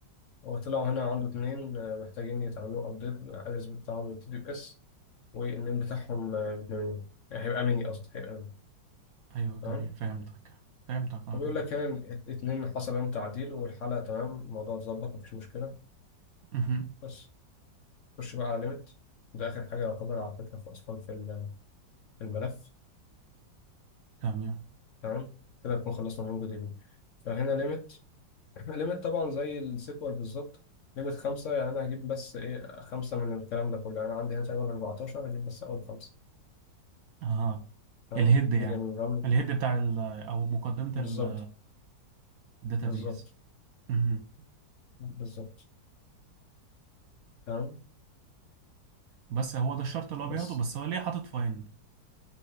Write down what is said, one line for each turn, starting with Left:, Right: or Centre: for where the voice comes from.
Left: هو طلعوا هنا عنده اتنين آه، محتاجين يتعملوا ابديت الادرس بتاعهم يبتدي باس والنيم بتاعهم آه، باتنين هيبقى ميني قصدي هيبقى ميني
Right: ايوه
Left: تمام
Right: جميل فهمتك فهمتك اه
Left: وبيقول
Right: جميل
Left: لك هنا إن اتنين حصل عليهم تعديل والحالة تمام الموضوع اتظبط مفيش مشكلة
Right: مهم.
Left: بس خش بقى على ليميت ده آخر حاجة يعتبر على فكرة في أصلا في ال- في الملف
Right: تمام
Left: تمام كده نكون خلصنا من دي بي فهنا ليميت ليميت <clears throat> طبعا زي السيكوال بالظبط ليميت خمسة يعني أنا هجيب بس إيه خمسة من الكلام ده كله يعني عندي هنا تقريبا 14 هجيب بس أول خمسة
Right: اها
Left: تمام
Right: الهيد يعني
Left: نيجي نرن
Right: الهيد بتاع ال او مقدمة
Left: بالظبط
Right: ال الداتابيز
Left: بالظبط
Right: مهم.
Left: بالظبط تمام
Right: بس هو ده الشرط اللي
Left: بس
Right: هو بياخده بس هو ليه حاطط فايند